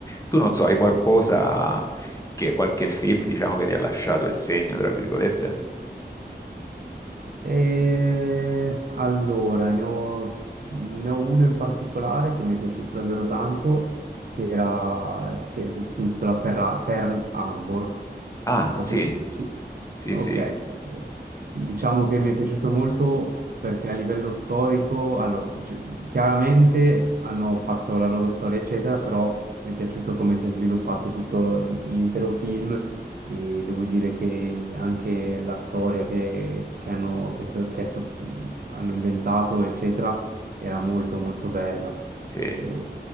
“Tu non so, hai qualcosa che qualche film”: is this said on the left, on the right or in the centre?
Left